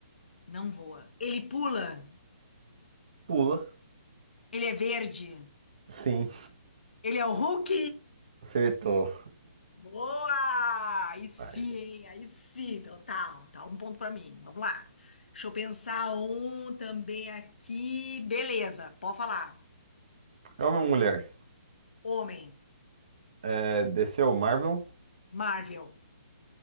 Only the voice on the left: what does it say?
Não voa. Ele pula?
Ele é verde?
Ele é o Hulk?
Boa! Aí sim,
hein? Aí sim. Então tá, tá um ponto pra mim. Vamos lá. Deixa eu pensar um também aqui. Beleza, pode falar.
Homem,
Marvel.